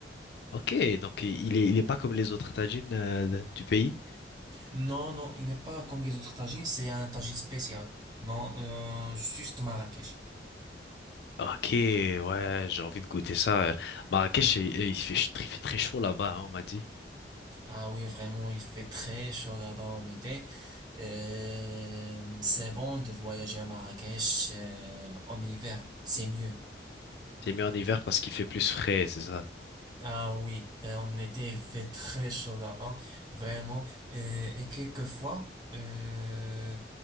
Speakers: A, on the left; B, on the right.
A: ok, donc il est, il est pas comme les autres tagines euh, du pays.
B: Non, non, il n'est pas comme les autres tagines, c'est un tagine spécial. Non, euh, juste Marrakech.
A: Ok, ouais, j'ai envie de goûter ça. euh. Marrakech, il, il fait, ch- il fait très chaud là-bas, hein, on m'a dit.
B: Ah oui, vraiment, il fait très chaud là-bas en été. Euh, c'est bon de voyager à Marrakech euh, en hiver, c'est mieux.
A: J'ai mis en hiver parce qu'il fait plus frais, c'est ça.
B: Ah oui, euh, en été, il fait très chaud là-bas, vraiment. Euh, et quelquefois, euh,